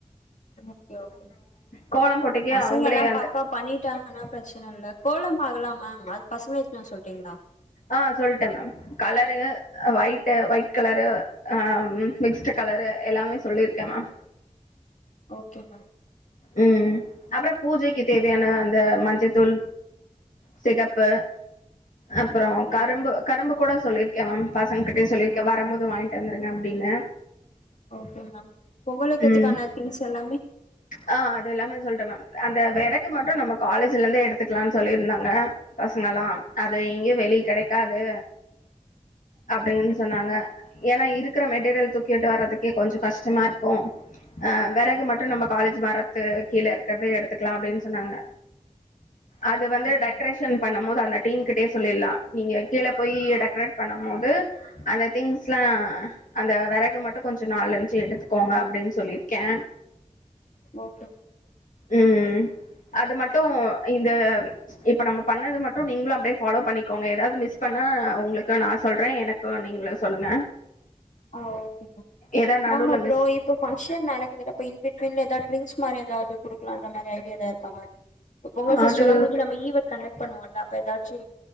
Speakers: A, on the left; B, on the left.
A: ஓகே ஓகே மேம்
B: கோலம் போட்டிக்கு
A: பசங்க
B: அவங்களே
A: எல்லா
B: அந்த
A: பக்கா பண்ணிட்டாங்கன்னா ப்ரச்சன இல்ல கோலம் ஆகலா மேம் அது பசங்கள்ட்டலா சொல்டிங்ளா
B: ஆ சொல்ட்ட மேம் கலரு அ வைட்டு வைட் கலரு ஆ மிக்ஸ்டு கலரு எல்லாமே சொல்லிருக்க மேம்
A: ஓகே மேம்
B: ம் அப்ற பூஜைக்கு தேவையான
A: ம்
B: அந்த மஞ்சதூள் சிகப்பு அப்பறோ
A: ம்
B: கரும்பு கரும்பு கூட சொல்லிருக்கே மேம் பசங்க கிட்டயு
A: ஓகே
B: சொல்லிருக்க வரம்போது வாங்கிட்டு வந்துருங்க அப்டின்னு
A: ஓகே மேம் பொங்க வைக்கிறதுக்கான
B: ம்
A: திங்ஸ் எல்லாமே
B: ஆ அது எல்லாமே சொல்ட மேம் அந்த வெறகு மட்டு நம்ம காலேஜ்ல இருந்தே எடுத்துக்லான் சொல்லிருந்தாங்க பசங்கெலா அது எங்கயு வெளிய கெடைக்காது அப்டின்
A: ஓகே
B: சொன்னாங்க
A: ஓகே
B: ஏனா இருக்கற மெட்டீரியல்ஸ தூக்கிட்டு வர்றதுக்கே கொஞ்சோ கஷ்டமா இருக்கு ஆ வெறகு மட்டு நம்ம காலேஜ் மரத்து கீழ இருக்றதே எடுத் துக்லா அப்டின் சொன்னாங்க அது
A: ஓகே
B: வந்து
A: மேம்
B: டெகரேஷன் பண்ணும்போது அந்த டீன் கிட்டயே சொல்லிர்லா நீங்க கீழ போயி டெகரேட் பண்ணம் போது அந்த திங்ஸ்லா அந்த வெறகு மட்டு கொஞ்சோ நாளஞ்சு எடுத்துக்கோங்க அப்டின்னு சொல்லிருக்கே
A: ஓகே மேம்
B: ம் அது மட் டு இந்த இப்ப நம்ம பண்ணது மட்டு நீங்களு அப்டே ஃபாலோ பண்ணிகோங்க ஏதாவது மிஸ் பண்ணா உங்களுக்கு நா சொல்றே எனக்கும் நீங்களு சொல்லுங்க,
A: அ, ஓகே மேம்,
B: ஏதா நடுவுல
A: மேம் அப்றோ
B: மிஸ்
A: இப்ப ஃபங்ஷன் நடக்குதுல அப்ப இன்பிட்வின்ல எதாது ட்ரிங்ஸ் மாறி எதாது குடுக் லான்ற மாரி ஐடியா எதா இருக்கா மேம் இப்ப பொங்கல் ஃபெஷ்டிவல்லா
B: அது
A: முடிஞ்சி நம்ப ஈவண்ட் கண்டக்ட் பண்ணுவோல்ல அப்ப எதாச்சு